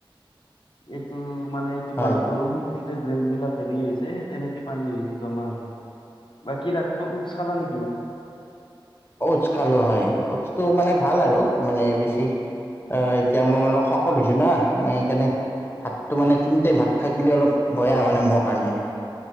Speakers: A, on the left; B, on the left.
A: এইটো মানে
B: হয়
A: বৰষুণ দিলে ড্ৰেইন বিলাক হেৰি হৈছে তেনেকে পানী জমা হয়। বাকী ৰাতিপুৱা উচ খালা নেকি?
B: উছ খালোঁ হয় উছটো মানে ভাল আৰু মানে বেছি এতিয়া মই অলপ শকত হৈছো না মানে সেইকাৰণে ভাতটো মানে তিনি টাইম ভাত খাই দিলে অলপ বয়া মানে মোৰ কাৰণে।